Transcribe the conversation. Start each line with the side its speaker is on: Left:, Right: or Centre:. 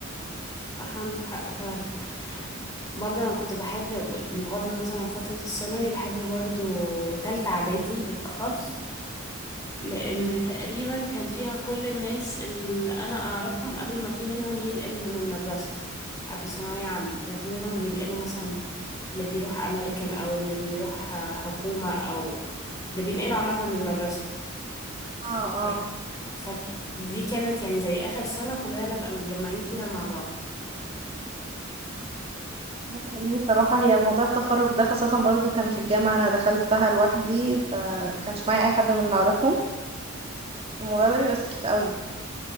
Left: صح عندك حق فعلا برضه انا كنت بحب بغض النظر عن فترة الثانوي بحب برضو تالتة اعدادي بالاخص لأن تقريبا كان فيها كل الناس اللي أنا أعرفهم قبل ما في منهم ينقل من المدرسة قبل ثانوية عامة كان في منهم بينقلوا مثلا اللي بيروح أمريكان أو اللي بيروح آه، حكومة أو اللي بينقلوا عامة من المدرسة ف...
Right: اه اه
Left: فدي كانت يعني زي آخر سنة كلنا نبقى متجمعين فيها مع بعض
Right: ده حقيقي صراحة هي موضوع التفرج ده خاصة برضو كان في الجامعة أنا دخلتها لوحدي فكانش معايا أي حد من اللي أعرفهم الموضوع ده بيبقى سخيف قوي